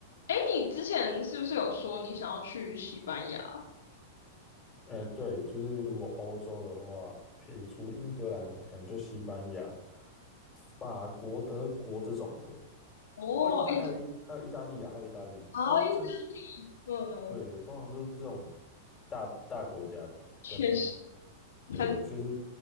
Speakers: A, on the left (about 60°); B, on the left (about 20°).
A: 哎，你之前是不是有说你想要去西班牙？
B: 呃，对，就是如果欧洲的话，撇除英格兰，可能就西班牙、法国、德国这种的。
A: 哦，
B: 哦，意大还有意还有意大利啊，
A: 哎，
B: 还有意大利，
A: 啊，
B: 通就
A: 意大利，嗯，
B: 对，通常都是这种大大国家跟
A: 确实
B: 对，
A: 很
B: 就是